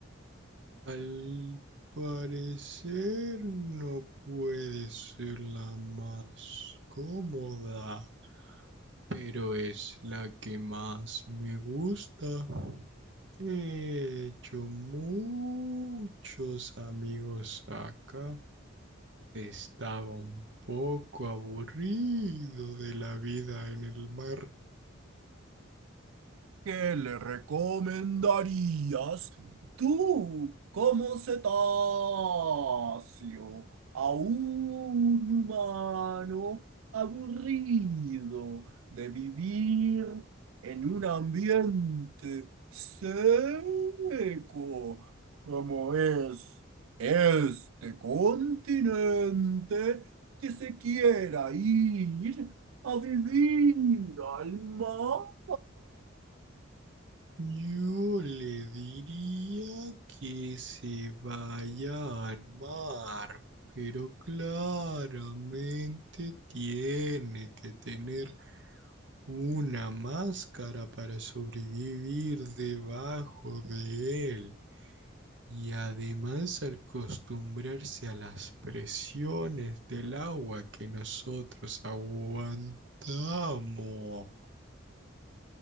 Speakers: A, on the right; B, on the right.
A: al parecer no puede ser la más cómoda. pero es la que más me gusta. He hecho muchos amigos acá. Estaba un poco aburrido de la vida en el mar.
B: ¿Qué le recomendarías tú como cetáceo a un humano aburrido de vivir en un ambiente seco como es este continente que se quiera ir a vivir al mar?
A: Yo le diría que se vaya al mar, pero claramente tiene que tener Una máscara para sobrevivir debajo de él. Y además al acostumbrarse a las presiones del agua que nosotros aguantamos,